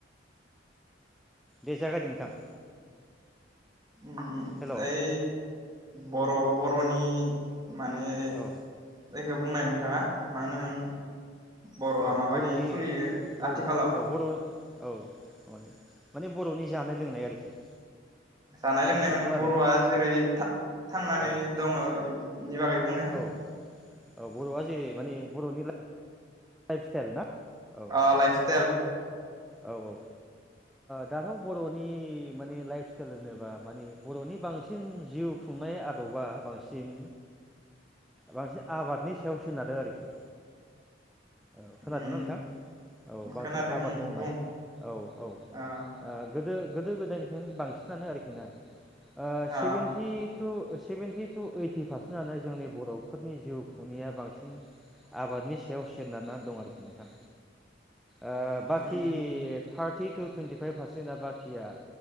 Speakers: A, in the centre; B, on the right.
A: दे जागायदो नोंथां
B: उम उम
A: हेलौ
B: ओय बर' बर'नि माने
A: औ
B: जाय खौ बुंनाय नोंथाङा माहोनोमोन बर'आ
A: औ
B: माबादि
A: बर'नि
B: सोलियो
A: औ
B: आथिखालाव?
A: औ बर' औ अदे माने बर'नि जानाय लोंनाय आरोखि
B: जानाय लोंनाय
A: औ
B: माने
A: खोनादोंना
B: बर'आ जेरै था थांनानै
A: औ
B: दङो इ-इनि बागै बुंनाय
A: औ औ बर'आ जेरै माने बर'नि लाइफ स्टाइल ना? औ
B: अ
A: औ
B: लाइफ स्टाइल
A: औ औ ओ दाथ' बर'नि माने लाइफ स्टाइल होनोब्ला माने बर'नि बांसिन जिउ खुंनाय आद'बा बांसिन बांसिन आबादनि सायाव सोनारो आरोखि औ खोनादोंना
B: उम
A: नोंथां? औ बांसिन
B: खोनादों
A: आबाद
B: उम
A: मावनाय
B: बुं
A: औ औ ओ
B: अ
A: गोदो गोदो गोदायनिफ्रायनो बांसिनानो आरोखि ना ओ
B: अ
A: seventy two seventy two eighty पारसेन्टआनो जोंनि बर'फोरनि जिउ खुंनाया बांसिन आबादनि सायाव सोनारनानै दं आरोखि नोंथां ओ बाखि
B: उम
A: थारटि टु टुइन्टिफाइभ पारसेन्टआ बाखिया